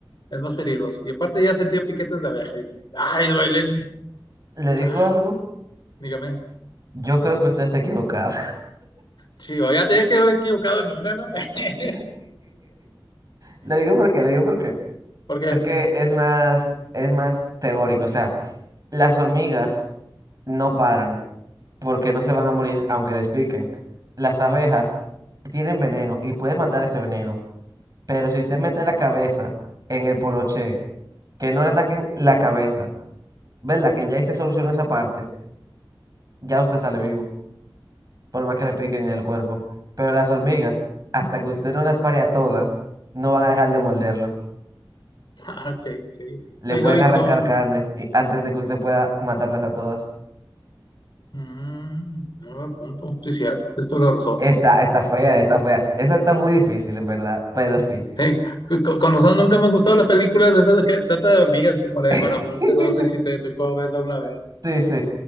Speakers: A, on the left; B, on the right.
A: es más peligroso. Y aparte ya he sentido piquetes de abeja y, ay, duelen.
B: ¿Le
A: Ca-
B: digo algo?
A: Dígame.
B: Yo creo que usted está equivocado.
A: Chivo, ya te había quedado equivocado en una, ¿no? <laughs>
B: <laughs> Le digo por qué, le digo por qué.
A: ¿Por qué?
B: Es que
A: Dime.
B: es más, es más teórico. O sea, las hormigas no paran. porque no se van a morir aunque les piquen. Las abejas tienen veneno y pueden matar ese veneno, pero si usted mete la cabeza en el poloché, que no le ataquen la cabeza, ¿verdad? Que ya ahí se solucionó esa parte, ya usted sale vivo,
A: Ok.
B: por más que le piquen en el cuerpo. Pero las hormigas, hasta que usted no las pare a todas, no van a dejar de morderlo.
A: <laughs> Ah, Ok, sí.
B: Le
A: Ay,
B: pueden
A: Dyson.
B: arrancar carne y- antes de que usted pueda matarlas a todas.
A: Mm, muy buen punto. Sí, cierto. Es toda la razón.
B: Está, está fea, está fea. Esa está muy difícil, en verdad, pero sí.
A: Hey, c- con, con razón nunca me han gustado las películas de esas de que trata de hormigas como la
B: <laughs>
A: de Marabunta. No sé si te tocó verla una vez.
B: Sí, sí.